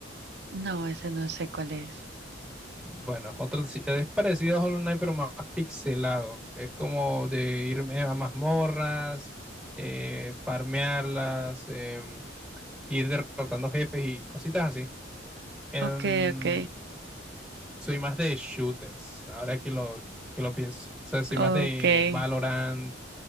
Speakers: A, on the right (about 55°); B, in the centre.
A: No, ese no sé cuál es.
B: Bueno, otro si- es parecido a Hollow Knight, pero más pixelado. Es como de irme a mazmorras, eh, farmearlas, em, ir derrotando jefes y cositas así. Em,
A: Ok, ok,
B: soy más de shooters, ahora que lo, que lo pienso. O sea, soy
A: ok.
B: más de Valorant,